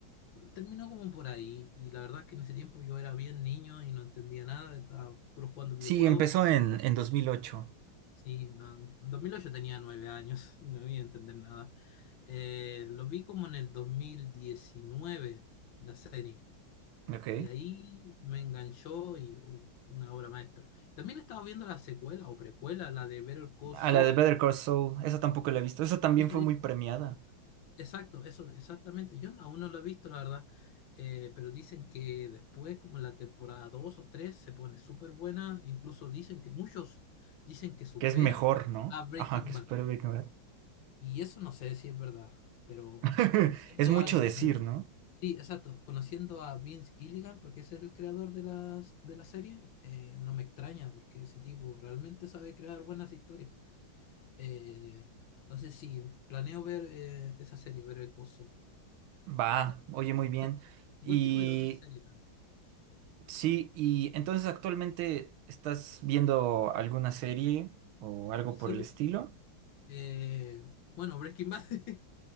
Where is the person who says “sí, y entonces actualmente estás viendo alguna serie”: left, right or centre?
Right